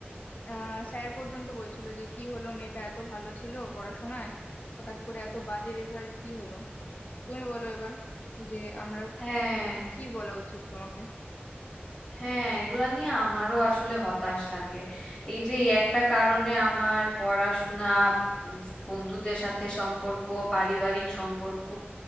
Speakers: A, on the left; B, on the left.
A: আহ স্যার পর্যন্ত বলছিল যে কি হলো মেয়েটা এত ভালো ছিল পড়াশোনায় হঠাৎ করে এত বাজে রেজাল্ট কি হলো তুমি বলো এবার যে আমরা
B: হ্যাঁ
A: মানে কি বলা উচিত তোমাকে
B: হ্যাঁ এগুলা নিয়ে আমারও আসলে হতাশ লাগে এই যে এই একটা কারণে আমার পড়াশোনা উম, বন্ধুদের সাথে সম্পর্ক পারিবারিক সম্পর্ক